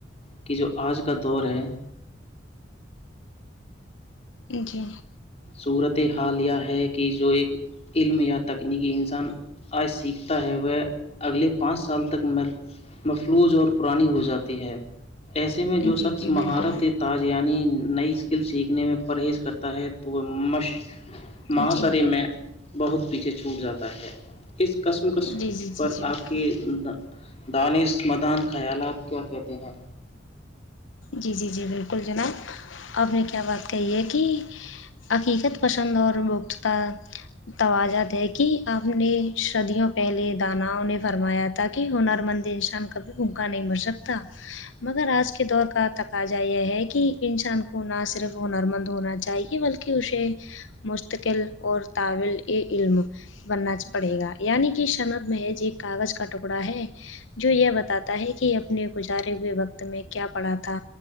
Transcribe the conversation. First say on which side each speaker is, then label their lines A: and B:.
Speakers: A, on the left; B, on the left.
A: کہ جو آج کا دور ہے
B: جی
A: صورت حال یہ ہے کہ جو ایک علم یا تکنیکی انسان آج سیکھتا ہے وہ اگلے پانچ سال تک مفلوظ اور پرانی ہو جاتی ہے ایسے میں
B: جی
A: جو
B: جی
A: شخص
B: جی
A: مہارت
B: بالکل
A: تاج یعنی نئی اسکل سیکھنے میں پرہیز کرتا ہے تو وہ مش مہاشر
B: جی
A: میں بہت پیچھے چھوٹ جاتا ہے اس قسم قس
B: جی جی جی
A: پر
B: جی بالکل
A: آپ کے دانش مدان خیالات آپ کیا کہتے ہیں
B: جی جی جی بالکل جناب آپ نے کیا بات کہی ہے کہ حقیقت پسند اور مختتا توجہد ہے کہ آپ نے صدیوں پہلے داناؤں نے فرمایا تھا کہ ہنر مندی انسان کبھی بھوکا نہیں مر سکتا مگر آج کے دور کا تقاضا یہ ہے کہ انسان کو نہ صرف ہنرمند ہونا چاہیے بلکہ کہ اسے مستقل اور طلبہ علم بننا چاہیے پڑے گا یعنی کہ شنب محج ایک کاغذ کا ٹکڑا ہے جو یہ بتاتا ہے کہ اپنے گزارے ہوئے وقت میں کیا پڑا تھا